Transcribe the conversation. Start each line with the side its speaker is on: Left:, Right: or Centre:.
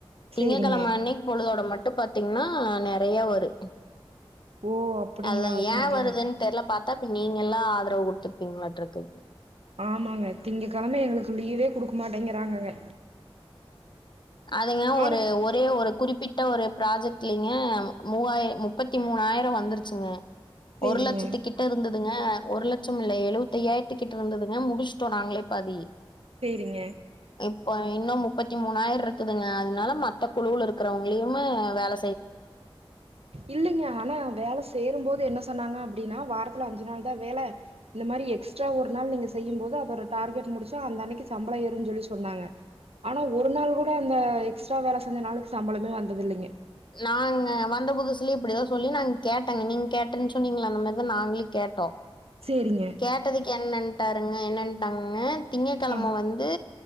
Left: திங்ககெழம
Right: சேரிங்க
Left: அன்னைக் பொழுதோட மட் டு பாத்தீங்னா நெறைய வரு
Right: ஓ அப்டிங்களா
Left: அதா
Right: அதனால
Left: ஏ
Right: தாங்க
Left: வருதுன் தெர்ல பாத் தாப்ப நீங்கெல்லா ஆதரவு குடுத்துருப்பீங்ளாட்ருக்கு
Right: ஆமாங்க திங்க கெழம எங்ளுக்கு லீவே குடுக்க மாட்டேங்கிறாங்கங்க
Left: அதுங்க
Right: ஆனா
Left: ஒரு ஒரே ஒரு குறிப்பிட்ட ஒரு ப்ராஜெக்ட்லைங்க மூவாய முப்பத்தி மூணாயிரொ வந்துருச்சுங்க
Right: சேரிங்க
Left: ஒரு லட்சத்துக்கிட்டருந்து ங்க ஒரு லச்சம் இல்லை எழுவத்தையாயிரத்துக்கிட்டருந்ததுங்க முடுச்ட்டோ நாங்களே பாதி
Right: செரிங்க
Left: இப்ப இன்னும் முப்பத்தி மூனாயிர்ருக் துங்க அதனால மத்த குழு இருக்கிறவங்களையுமே வேல
Right: இல்லைங்க ஆனா வேல சேரும்போ து என்ன சொன்னாங்க அப்டின்னா வாரத்துல அஞ்சு நாள் தா வேல இந்த மாரி எக்ஸ்ட்ரா ஒரு நாள் நீங்க செய்யும்போது அதோட டார்கெட் முடிச்சா அந்த அன்னனிக்கு சம்பளம் ஏறுன்னு சொல்லி சொன்னாங்க ஆனா ஒரு நாள் கூட அந்த எக்ஸ்ட்ரா வேல செஞ்ச நாளுக்கு சம்பளமே வந்ததுதில்லங்க
Left: நாங்க வந்த புதுசுலயே இப்டிதான் சொல்லி நாங்க கேட்டங்க நீங்க கேட்டன்னு சொன்னிங்களாம் அந்த மாதிரிதா நாங்களும் கேட்டோ
Right: சேரிங்க
Left: கேட்டதுக்கு என்னன் டாருங்க என்னாட்டாங்கங்க திங்ககிழம
Right: ஆ
Left: வந்து